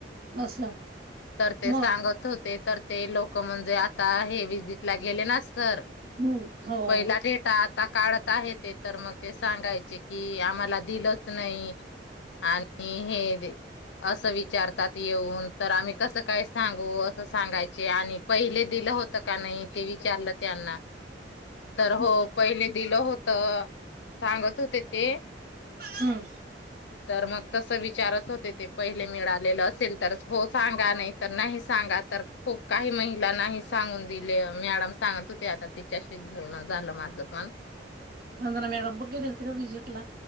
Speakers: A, on the right; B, on the left.
A: असं
B: तर ते
A: मग
B: सांगत होते. तर ते लोक म्हणजे आता हे विजिटला गेले ना. सर
A: हम्म हो.
B: पहिल्या डेटात. आता काढत आहे ते तर मग ते सांगायचे कि आम्हाला दिलच नाही आणि हे असं वि विचारतात येऊन. तर आम्ही कसं काय सांगू असं सांगायचे आणि पहिले दिलं होत. का नाही ते विचारलं त्यांना. तर हो पहिले दिलं होत सांगत होते ते
A: हम्म
B: तर मग तस विचारत होते ते पहिले मिळालेलं असेल तर. सांगा नाही तर नाही सांगा तर खूप काही महिला नाही सांगून दिले मॅडम सांगत होते आता तिच्याशी बोलन झालं माझ पण
A: रधना मॅडम बघ गेले होते का विजिट ला.